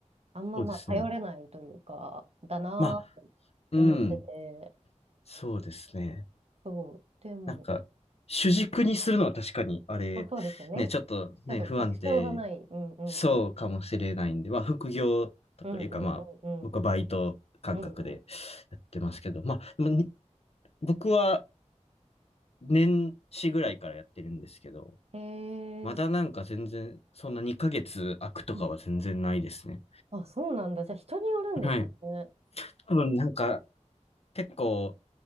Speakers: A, on the right (about 55°); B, on the left (about 55°).
A: あんままあ頼れないというか、
B: そうですね。
A: だなぁと思ってて、
B: まあ、うん、そうですね。
A: そう。でも、
B: なんか、主軸にするのは確かに、あれ、
A: まあそうですよね。
B: ね、ちょっとね、
A: ちょっと確証がない。
B: 不安定
A: うんうんうん。
B: そうかもしれないんで、まあ、副業とかいうか、
A: うんうんうんうん。
B: まあ、僕はバイト感覚でやってますけど、
A: うんう
B: まあ、でもに僕は年始ぐらいからやってるんですけど、
A: ん。へえ。
B: まだなんか全然、そんな2ヶ月空くとかは全然ないですね。
A: うんあ、そうなんだ。じゃあ人によるんですかね。
B: はい。多分なんか、結構、